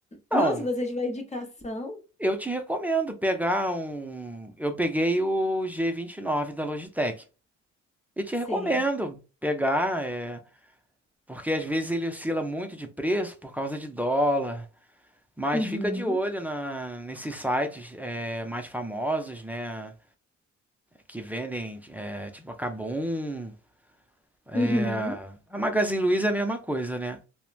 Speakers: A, in the centre; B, on the left.
A: Não,
B: Não, se você tiver indicação,
A: eu te recomendo pegar um. Eu peguei o G29 da Logitech. E te
B: sei.
A: recomendo pegar, é... porque às vezes ele oscila muito de preço por causa de dólar. Mas
B: Uhum.
A: fica de olho na... nesses sites é, mais famosos, né? que vendem, é, tipo a Kabum, é,
B: Uhum.
A: a Magazine Luiza é a mesma coisa, né?